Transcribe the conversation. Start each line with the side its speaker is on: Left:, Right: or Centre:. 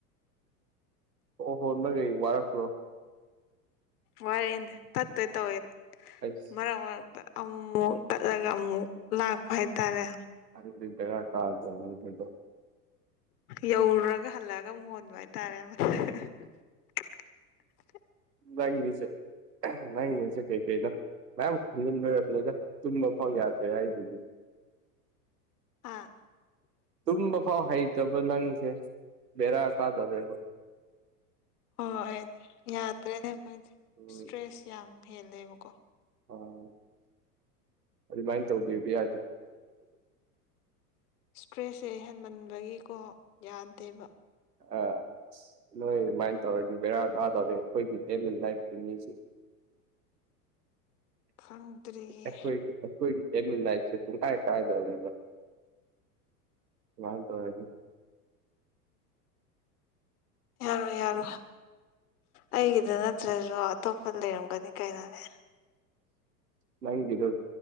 Right: ꯑꯣ ꯍꯣ ꯅ ꯀꯩ ꯋꯥꯔꯛꯄ꯭ꯔꯣ
Left: ꯋꯥꯔꯦꯦꯅꯦ ꯇꯠꯇꯣꯏ ꯇꯧꯋꯦ
Right: ꯑꯩꯁ
Left: ꯃꯔꯛ ꯃꯔꯛ ꯑꯃꯨꯛ ꯇꯠꯂꯒ ꯑꯃꯨꯛ ꯂꯥꯛꯄ ꯍꯥꯏꯇꯥꯔꯦ
Right: <unintelligible>
Left: ꯌꯧꯔꯨꯔꯒ ꯍꯜꯂꯛꯑꯒ ꯑꯃꯨꯛ ꯍꯣꯟꯕ ꯍꯥꯏꯇꯥꯔꯦ <inaudible>
Right: <unintelligible> ꯅꯪꯉꯁꯦ ꯀꯩꯀꯩꯅꯣ ꯃꯌꯥꯝ ꯈꯟꯖꯤꯟ ꯑꯣꯏꯔꯛꯅꯤꯗ ꯇꯨꯝꯕ ꯐꯥꯎ ꯌꯥꯗ꯭ꯔꯦ ꯍꯥꯏꯗꯨꯗꯤ
Left: ꯑꯥ
Right: ꯇꯨꯝꯕ ꯐꯥꯎ ꯍꯩꯇꯕ ꯅꯪꯁꯦ ꯕꯦꯔꯥ ꯀꯥꯗꯧꯔꯦꯕ
Left: ꯍꯣꯏꯣꯏꯅꯦ ꯌꯥꯗ꯭ꯔꯦꯅꯦ ꯑꯩꯈꯣꯏꯗꯤ
Right: ꯎꯝ
Left: ꯏꯁꯇ꯭ꯔꯦꯁ ꯌꯥꯝ ꯍꯦꯜꯂꯦꯕꯀꯣ
Right: ꯎꯝ ꯑꯗꯨꯃꯥꯏꯅ ꯇꯧꯕꯤꯕ ꯌꯥꯗꯦ
Left: ꯏꯁꯇ꯭ꯔꯦꯁꯁꯦ ꯍꯦꯟꯃꯟꯕꯒꯤꯀꯣ ꯌꯥꯗꯦꯕ
Right: ꯑ ꯑꯁ ꯅꯣꯏ ꯑꯗꯨꯃꯥꯏꯅ ꯇꯧꯔꯗꯤ ꯕꯦꯔꯥ ꯑꯥ ꯇꯧꯔꯗꯤ ꯑꯩꯈꯣꯏꯒꯤ ꯑꯦꯟ ꯏꯟ ꯂꯥꯏꯐꯀꯤ ꯃꯤꯁꯤꯡꯁꯦ
Left: ꯈꯪꯗ꯭ꯔꯤꯌꯦ
Right: ꯑꯩꯏꯗꯤ ꯑꯩꯈꯣꯏꯗꯤ ꯑꯦꯃꯤꯁꯤꯦ ꯄꯨꯡ ꯀꯥꯏ ꯀꯥꯏꯗꯧꯒꯦꯕ ꯋꯥ ꯇꯧ ꯑꯗꯨ
Left: ꯌꯥꯔꯣꯏ ꯌꯥꯔꯣꯏ ꯑꯩꯒꯤꯗ ꯅꯠꯇ꯭ꯔꯁꯨ ꯑꯇꯣꯞꯄ ꯂꯩꯔꯝꯒꯅꯤ ꯀꯩꯅꯣꯅꯦ
Right: ꯅꯗ